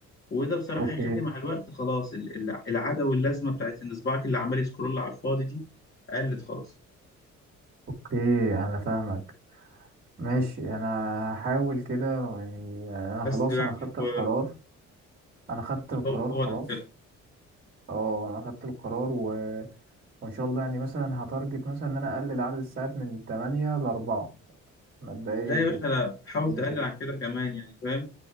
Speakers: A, on the left; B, on the right.
A: وده بصراحة
B: اوكي
A: هيخلي مع الوقت خلاص ال- ال- العادة واللازمة بتاعت ان صباعك اللي عمال يسكرول على الفاضي دي قلت خالص
B: اوكي انا فاهمك ماشي انا هحاول كده يعني انا
A: بس
B: خلاص
A: يعني
B: انا خدت القرار
A: هو
B: انا خدت القرار
A: هو هو
B: خلاص
A: ده الكلام
B: اه انا خدت القرار و... وان شاء الله يعني مثلا هتارجت مثلا ان انا اقلل عدد الساعات من 8 ل 4 مبدئيا
A: لا يا باشا
B: كده
A: لا حاول
B: حلو
A: تقلل عن
B: جدا.
A: كده كمان يعني فاهم